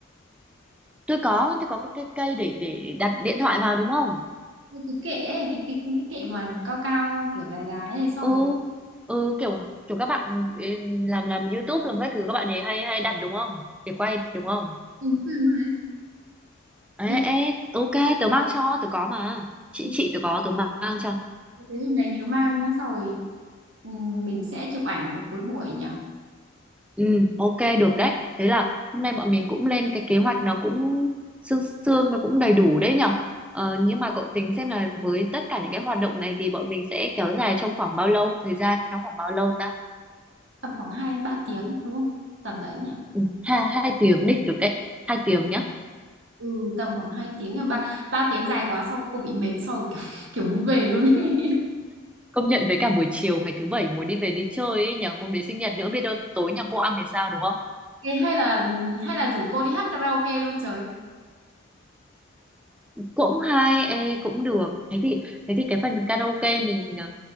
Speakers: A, in the centre; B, on the right.
A: Tôi có, tôi có cái cây cây để để đặt điện thoại vào đúng không?
B: cái cái kệ ấy, cái cái cái kệ mà cao cao kiểu dài dài này sau
A: Ừ.
B: rồi
A: Ừ kiểu kiểu các bạn ừ, làm làm YouTube làm các thứ các bạn ấy hay hay đặt đúng không? Để quay đúng không?
B: ừ, đúng rồi đấy.
A: Ê,
B: Nhớ-
A: ê, ok, tớ mang cho, tớ có mà. Chị
B: ừ,
A: chị tớ có, tớ mang cho.
B: thế hôm đấy nhớ mang nhá sau rồi ừ, mình sẽ chụp ảnh vào cuối buổi nhỉ
A: Ừ, ok, được đấy. Thế là hôm nay bọn mình cũng lên cái kế hoạch nó cũng sương sương, nó cũng đầy đủ đấy nhở. Ờ, nhưng mà cậu tính xem là với tất cả những cái hoạt động này thì bọn mình sẽ kéo dài trong khoảng bao lâu? Thời gian nó khoảng bao lâu ta?
B: tầm khoảng 2 đến 3 tiếng đúng không tầm đấy nhỉ
A: Ừ, hai, hai tiếng đi, được đấy. Hai tiếng nhá.
B: ừ, tầm khoảng 2 tiếng là ba ba tiếng dài quá sau cô bị mệt sau kiểu, <laughs> kiểu muốn về luôn ấy. <laughs>
A: Công nhận với cả buổi chiều ngày thứ bảy muốn đi về đi chơi ấy nhở. Hôm đấy sinh nhật nữa biết đâu tối nhà cô ăn thì sao đúng không
B: Thế hay là hay là rủ cô đi hát karaoke luôn trời
A: cũng hay ê, cũng được thế thì thế thì cái phần karaoke mình ờ,